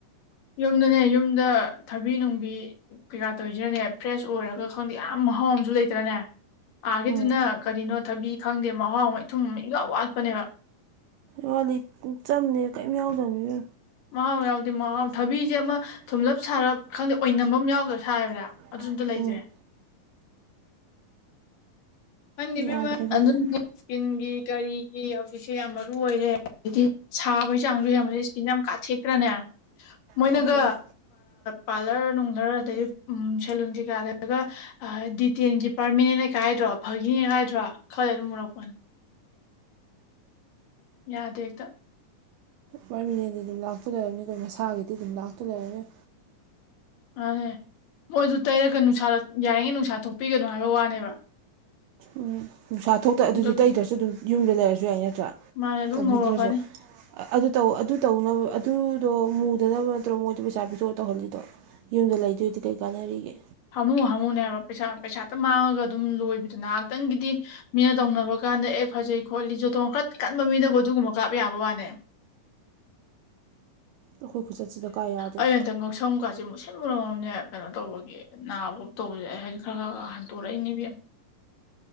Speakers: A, on the left (about 70°); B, on the right (about 80°).
A: ꯌꯨꯝꯗꯅꯦ ꯌꯨꯝꯗ ꯊꯕꯤ ꯅꯨꯡꯕꯤ ꯀꯩꯀꯥ ꯇꯧꯔꯤꯁꯤꯅꯅꯦ ꯐ꯭ꯔꯦꯁ ꯑꯣꯏꯔꯒ ꯈꯪꯗꯦ ꯌꯥꯝ ꯃꯍꯥꯎ ꯑꯨ ꯂꯩꯇ꯭ꯔꯅꯦ ꯑꯥꯒꯗꯨꯅ
B: ꯎꯝ
A: ꯀꯔꯤꯅꯣ ꯊꯕꯤ ꯈꯪꯗꯦ ꯃꯍꯥꯎ ꯃ ꯏꯊꯨꯝ ꯃ ꯏ ꯌꯥꯝ ꯋꯥꯠꯄꯅꯦꯕ
B: ꯋꯥꯂꯤ ꯆꯝꯅꯦ ꯀꯔꯤꯝ ꯌꯥꯎꯗꯕꯅꯦ
A: ꯃꯍꯥꯎ ꯌꯥꯎꯗꯦ
B: ꯃꯍꯥꯎ
A: ꯊꯕꯤꯁꯦ
B: ꯌꯥꯎꯁꯦ ꯃꯍꯥꯎ
A: ꯑꯃ
B: ꯊꯕꯤꯁꯦ
A: ꯊꯨꯝꯂꯞ
B: ꯑꯃ
A: ꯁꯥꯔꯞ
B: ꯁꯨꯡꯂꯞ
A: ꯈꯪꯗꯦ
B: ꯁꯥꯔ
A: ꯑꯣꯏꯅꯝꯕ ꯑꯃ
B: ꯈꯔ
A: ꯌꯥꯎꯗ꯭ꯔꯥ
B: ꯑꯣꯏꯅꯕ
A: ꯁꯥꯏꯕꯗ
B: ꯑꯃ ꯌꯥꯎꯗ꯭ꯔ
A: ꯑꯗꯨꯁꯨ
B: ꯁꯥꯏ
A: ꯑꯝꯇ ꯂꯩꯇ꯭ꯔꯦ ꯐꯟꯕꯤꯃ
B: ꯌꯥꯗ꯭ꯔꯦ ꯐꯖꯅ
A: ꯑꯗꯨ ꯏꯁꯀꯤꯟꯒꯤ ꯀꯔꯤꯒꯤ ꯍꯧꯖꯤꯛꯁꯦ ꯌꯥꯝ ꯃꯔꯨ ꯑꯣꯏꯔꯦ ꯑꯗꯤ ꯁꯥꯕꯒꯤ ꯆꯥꯡꯁꯨ ꯌꯥꯝ ꯆꯤꯟ ꯌꯥꯝ ꯀꯥꯊꯦꯛꯇ꯭ꯔꯅꯦ ꯃꯣꯏꯅꯒ
B: ꯀꯥꯊꯦꯛꯑꯦ
A: ꯄꯥꯔꯂꯔ ꯅꯨꯡꯂꯔ ꯑꯗꯒꯤ ꯎ ꯁꯦꯂꯟ ꯀꯩꯀꯥꯗꯔꯒ ꯗꯤꯇꯦꯟꯒꯤ ꯄꯥꯔꯃꯤꯅ ꯀꯥꯏꯗ꯭ꯔꯣ ꯐꯥꯒꯤꯅꯦ ꯀꯥꯏꯗ꯭ꯔꯣ ꯈꯜꯂ ꯑꯗꯨꯝ ꯃꯔꯛꯄꯅꯦ ꯌꯥꯗꯦ ꯍꯦꯛꯇ
B: ꯄꯥꯔꯃꯤꯅꯦꯟꯗꯤ ꯑꯗꯨꯝ ꯂꯥꯛꯇ ꯂꯩꯔꯝꯅꯤ ꯑꯩꯈꯣꯏ ꯃꯁꯥꯒꯤꯗꯤ ꯑꯗꯨꯝ ꯂꯥꯛꯇ ꯂꯩꯔꯝꯅꯤ
A: ꯑꯅꯦ ꯃꯣꯏꯗꯨ ꯇꯩꯔꯒ ꯅꯨꯡꯁꯥꯗ ꯌꯥꯔꯤꯉꯩ ꯅꯨꯡꯁꯥ ꯊꯣꯛꯄꯤꯒꯅꯨ ꯍꯥꯏꯕ ꯋꯥꯅꯦꯕ
B: ꯎꯝ ꯅꯨꯡꯁꯥ ꯊꯣꯛꯇ ꯑꯗꯨꯗꯤ
A: ꯑꯗꯨ
B: ꯇꯩꯇ꯭ꯔꯁꯨ ꯑꯗꯨꯝ ꯌꯨꯝꯗ ꯂꯩꯔꯁꯨ ꯌꯥꯏ ꯅꯠꯇ꯭ꯔꯥ
A: ꯃꯥꯅ ꯑꯗꯨꯝ
B: ꯇꯧꯕꯤꯗ꯭ꯔꯁꯨ
A: ꯉꯧꯔꯛꯀꯅꯤ
B: ꯑꯗꯨ ꯇ ꯑꯗꯨ ꯇꯧꯅꯕ ꯑꯗꯨꯗꯣ ꯃꯨꯗꯅꯕ ꯅꯠꯇ꯭ꯔꯣ ꯃꯣꯏꯗꯣ ꯄꯩꯁꯥ ꯤꯗ꯭ꯔꯣ ꯇꯧꯍꯜꯂꯤꯗꯣ ꯌꯨꯝꯗ ꯂꯩꯗꯣꯏꯗꯤ ꯀꯩ ꯀꯥꯟꯅꯔꯤꯒꯦ
A: ꯍꯥꯝꯃꯨ ꯍꯥꯝꯃꯨꯅꯦ ꯍꯥꯏꯕ ꯄꯩꯁꯥ ꯄꯩꯁꯥꯇ ꯃꯥꯡꯉꯒ ꯑꯗꯨꯝ ꯂꯣꯏꯕꯗ ꯉꯥꯏꯍꯥꯛꯇꯪꯒꯤꯗꯤ ꯃꯤꯅ ꯇꯧꯅꯕ ꯀꯥꯟꯗ ꯑꯦ ꯐꯖꯩ ꯈꯣꯠꯂꯤ ꯣꯊꯣꯡ ꯈꯠ ꯀꯟꯕ ꯃꯤꯗꯕꯨ ꯑꯗꯨꯒꯨꯝꯕ ꯀꯥꯞ ꯌꯥꯕ ꯋꯥꯅꯦ
B: ꯑꯩꯈꯣꯏ ꯈꯨꯆꯠꯁꯤꯗ ꯀꯥ ꯌꯥꯗꯣꯏꯅꯣ
A: ꯑꯩꯅ ꯑꯇ ꯉꯧꯁꯝ ꯀ ꯁꯤ ꯃꯨꯠꯁꯟ ꯃꯨꯔꯝꯃꯕꯅꯦ ꯀꯩꯅꯣ ꯇꯧꯕꯒꯤ ꯅꯥꯕꯣꯞ ꯇꯧꯕꯁꯦ ꯑꯩ ꯍꯥꯏꯗꯤꯛ ꯈꯔ ꯈꯔ ꯍꯟꯇꯣꯔꯛꯏꯅꯦꯕ